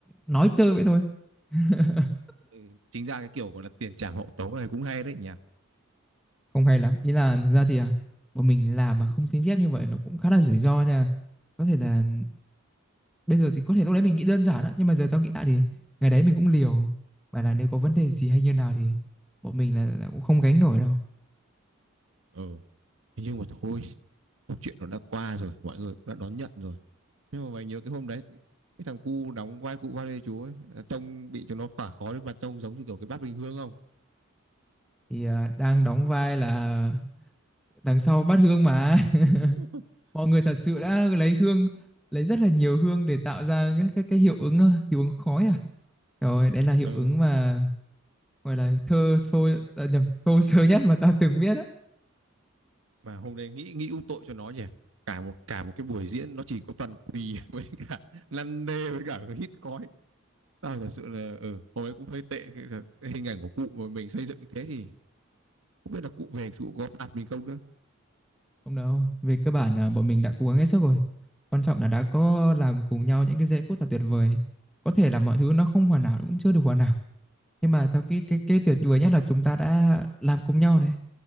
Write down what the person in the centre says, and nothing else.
nói chơi vậy thôi <laughs>
không hay lắm ý là thực ra thì à, bọn mình làm mà không xin phép như vậy nó cũng khá là rủi ro nha có thể là bây giờ thì có thể lúc đấy mình nghĩ đơn giản á nhưng mà giờ tao nghĩ lại thì ngày đấy mình cũng liều mà là nếu có vấn đề gì hay như nào thì bọn mình là, là cũng không gánh nổi đâu
thì à, đang đóng vai là đằng sau bát hương mà <laughs>
mọi người thật sự đã lấy hương lấy rất là nhiều hương để tạo ra cái cái, cái hiệu ứng ờ, hiệu ứng khói à Rồi, đấy là hiệu
ứng mà gọi là thơ sôi à, nhầm, thô sơ nhất mà tao từng biết á.
Không đâu, về cơ bản là bọn mình đã cố gắng hết sức rồi. Quan trọng là đã có làm cùng nhau những cái giây phút là tuyệt vời. Có thể là mọi thứ nó không hoàn hảo nó cũng chưa được hoàn hảo, nhưng mà tao nghĩ cái cái tuyệt vời nhất là chúng ta đã làm cùng nhau này.